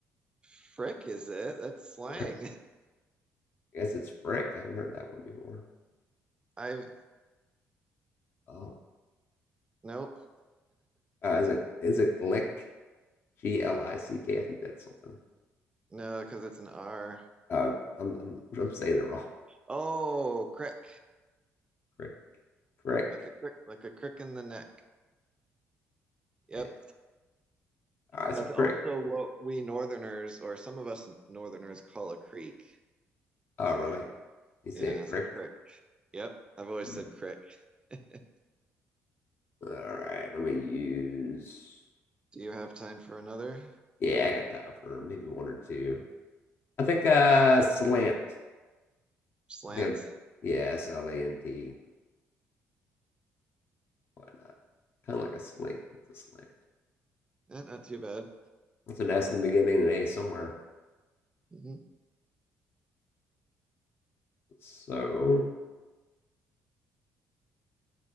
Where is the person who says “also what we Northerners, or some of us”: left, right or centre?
Right